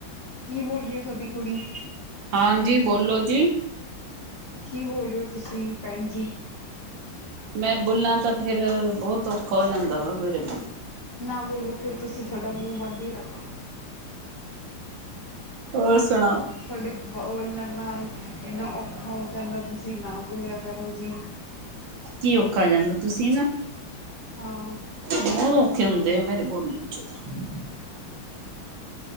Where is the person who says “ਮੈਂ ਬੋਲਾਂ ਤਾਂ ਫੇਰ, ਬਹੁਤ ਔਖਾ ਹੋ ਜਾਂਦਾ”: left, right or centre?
Right